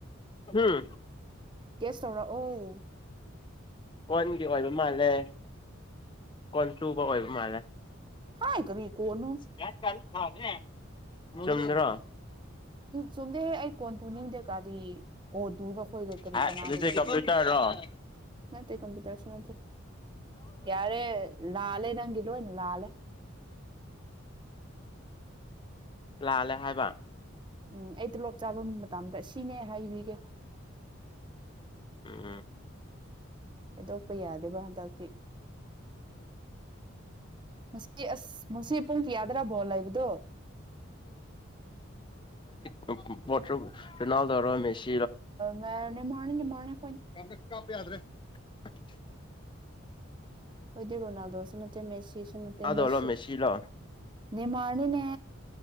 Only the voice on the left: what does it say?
ꯍꯝ
ꯀꯣꯟꯒꯤ ꯑꯣꯏꯕ ꯃꯥꯜꯂꯦ ꯀꯣꯟ ꯆꯨꯕ ꯑꯣꯏꯕ ꯃꯥꯜꯂꯦ
<unintelligible>
ꯆꯨꯝꯗ꯭ꯔꯣ
ꯑꯗꯨꯗꯤ
ꯀꯝꯄ꯭ꯌꯨꯇꯔꯔꯣ
ꯂꯥꯜꯂꯦ ꯍꯥꯏꯕ
ꯎ
ꯎ ꯄꯠ꯭ꯔ ꯅꯜꯗꯔꯣꯃꯦꯦꯁ
ꯀꯅ ꯀꯞꯄ ꯌꯥꯗ꯭ꯔꯦ <unintelligible>
ꯔꯣꯅꯥꯜꯗꯣꯔꯣ
ꯃꯦꯁꯤꯔꯣ